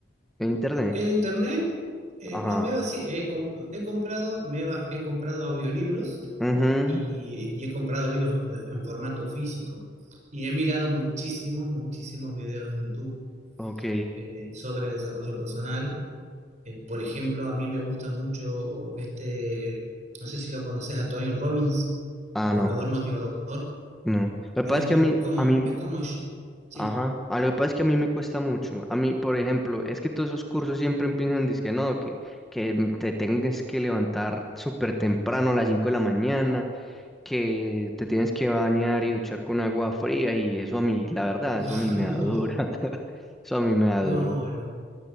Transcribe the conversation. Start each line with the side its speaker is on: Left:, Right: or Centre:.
Centre: En internet.
Right: en internet, eh,
Centre: Ajá.
Right: no, me va, sí, he, com- he comprado, me va, he comprado audiolibros
Centre: mhm
Right: y, y he comprado libros de- en formato físico. Y he mirado muchísimos, muchísimos videos en YouTube
Centre: Ok.
Right: eh, sobre desarrollo personal. Eh, por ejemplo, a mí me gusta mucho este, no sé si lo conoces a Tony Robbins,
Centre: Ah,
Right: orador
Centre: no,
Right: motivador.
Centre: no. Lo
Right: Bueno,
Centre: que pasa es que
Right: es
Centre: a mí,
Right: como,
Centre: a mí,
Right: es como, sh- sí,
Centre: ajá, a lo que pasa es que a mí me cuesta mucho. A mí, por ejemplo, es que todos esos cursos siempre empiezan dizque no, que, que te tengas que levantar súper temprano a las 5 de la mañana, que te tienes que bañar y duchar con agua fría y eso a mí, la verdad,
Right: <laughs> no,
Centre: eso a mí me
Right: no,
Centre: da dura. <laughs> Eso a mí me da
Right: no,
Centre: duro.
Right: no.